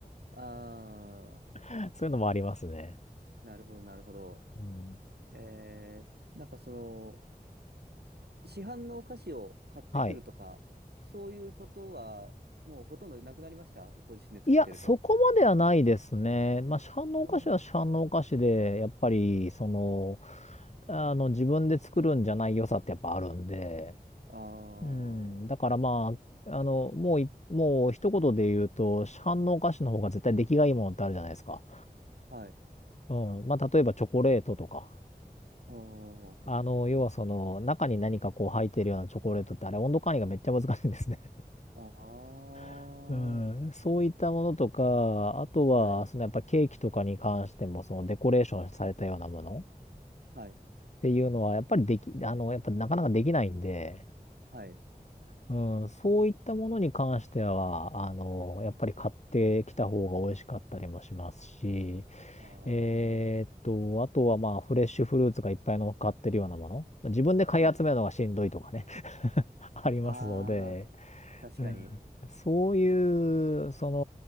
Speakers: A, on the right; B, on the left.
A: ああ、
B: <laughs> そういうのもありますね。
A: なるほど、なるほど。
B: うん。
A: ええ、なんかその、市販のお菓子を買ってくるとか、
B: はい。
A: そういうことは、もうほとんどなくなりましたご自身で作ってると。
B: いや、そこまではないですね。まあ、市販のお菓子は市販のお菓子で、
A: あー、
B: やっぱり、その、あの、自分で作るんじゃない良さってやっぱあるんで、
A: あー、
B: うん。だからまあ、あの、もうい、もう一言で言うと、市販のお菓子の方が絶対出来がいいものってあるじゃないですか。
A: はい。
B: うん。まあ、例えばチョコレートとか。
A: お
B: あの、
A: ー、
B: 要はその、中に何かこう入ってるようなチョコレートって、あれ温度管理がめっちゃ難しいんですね。
A: あー、
B: <laughs> うん。そういったものとか、あとは、
A: はい、
B: そのやっぱケーキとかに関しても、そのデコレーションされたようなものっ
A: はい、
B: ていうのは、やっぱりでき、あの、やっぱなかなかできないんで、
A: はい。
B: うん、そういったものに関しては、あの、やっぱり買ってきた方が美味しかったりもしますし、
A: あー、
B: えーっと、あとはまあ、フレッシュフルーツがいっぱい乗っかってるようなもの。自分で買い集めるのがしんどいとかね
A: はい。
B: <laughs> ありますので、
A: ああ、確かに。
B: うんそういう、その、